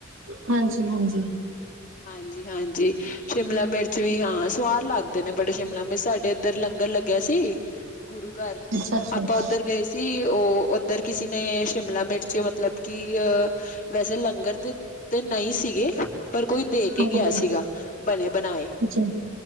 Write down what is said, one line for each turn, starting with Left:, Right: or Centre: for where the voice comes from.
Right: ਹਾਂਜੀ-ਹਾਂਜੀ।
Left: ਹਾਂਜੀ-ਹਾਂਜੀ ਸ਼ਿਮਲਾ ਮਿਰਚ ਵੀ, ਹਾਂ ਸਵਾਦ ਲੱਗਦੇ ਨੇ, ਬੜੇ ਸ਼ਿਮਲਾ ਮਿਰਚ, ਸਾਡੇ ਏਦੱਰ ਲੰਗ ਲੱਗੇਆ ਸੀ ਗੁਰੂ ਘਾਰ
Right: ਅੱਛਾ ਅੱਛਾ
Left: ਆਪਾਂ ਓਦਰ ਗਏ ਸੀ, ਓ ਓਦੱਰ ਕਿਸੀ ਨੇ ਸ਼ਿਮਲਾ ਮਿਰਚ ਮਤਲਬ ਕਿ ਅ ਵੈਸੇ ਲੰਗਰ ਤੇ ਤੇ ਨਈ ਸੀਗੇ ਪਰ ਕੋਈ ਦੇ ਕੇ
Right: ਹਾਂਜੀ
Left: ਗੇਆ ਸੀਗਾ ਬਨੇ ਬਨਾਏ,
Right: ਅੱਛਾ